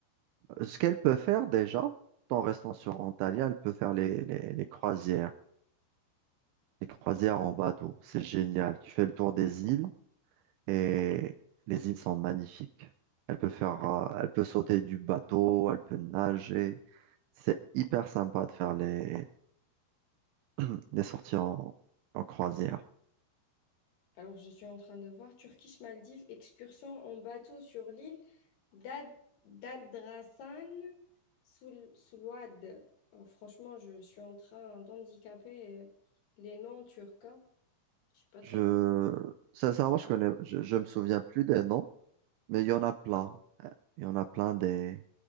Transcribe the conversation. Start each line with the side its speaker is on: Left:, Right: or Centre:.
Right: Ce qu'elle peut faire déjà, tout en restant sur Antalya, elle peut faire les, les, les croisières. Les croisières en bateau, c'est génial. Tu fais le tour des îles et les îles sont magnifiques. Elle peut faire, euh, elle peut sauter du bateau, elle peut nager. C'est hyper sympa de faire les <clears throat> Il est en, en croisière.
Left: Alors, je suis en train de voir Turkish-Maldives, excursion en bateau sur l'île d'Ad- d'Adrasan Soul- Soulouad. Euh, franchement, je suis en train d'handicaper euh, les noms turcs. hein. Je suis pas très.
Right: Je,
Left: <laughs>
Right: sincèrement, je connais, je, je me souviens plus des noms, mais il y en a plein. Euh, Il y en a plein des,